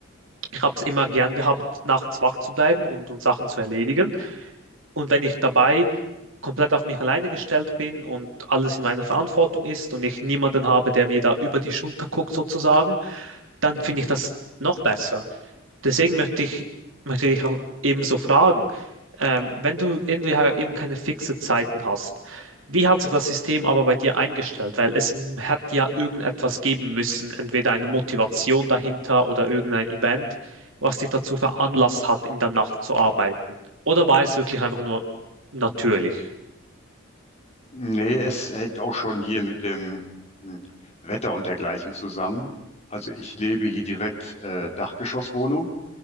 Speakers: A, on the right; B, on the left.
A: Ich habe es immer gern gehabt, nachts wach zu bleiben und, und Sachen zu erledigen. Und wenn ich dabei komplett auf mich alleine gestellt bin und alles in meiner Verantwortung ist und ich niemanden habe, der mir da über die Schulter guckt sozusagen, dann finde ich das noch besser. Deswegen möchte ich, möchte ich auch ebenso fragen, ähm, wenn du irgendwie eben keine fixe Zeiten hast, wie hat sich das System aber bei dir eingestellt? Weil es m- hat ja irgendetwas geben müssen, entweder eine Motivation dahinter oder irgendein Event, was dich dazu veranlasst hat, in der Nacht zu arbeiten. Oder war es wirklich einfach nur natürlich?
B: Nee, es hängt auch schon hier mit dem hm, Wetter und dergleichen zusammen. Also ich lebe hier direkt äh, Dachgeschosswohnung.